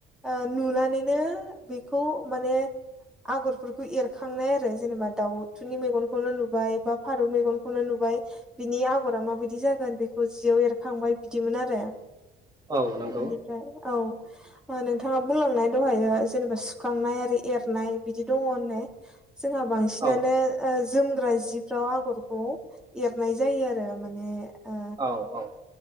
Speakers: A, in the centre; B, on the right (about 25°).
A: ओ नुनानैनो बेखौ माने आगरफोरखौ एर खांनाय आरो जेनेबा दाउथुनि मेगनखौनो नुबाय बा फारौ मेगन खौनो नुबाय बिनि आगरा माबायदि जागोन बेखौ जियाव एरखांबाय बिदिमोन आरो
B: औ नंगौ।
A: बिनिफ्राय औ ओ नोंथाङा बुंलांनाय दहायो जेनेबा सुखांनाय आरो एरनाय बिदि दङ होननाय जोंहा बांसिनानो
B: औ
A: ओ जोमग्रा जिफ्राव आगरखौ एरनाय जायो आरो माने ओ
B: औ औ।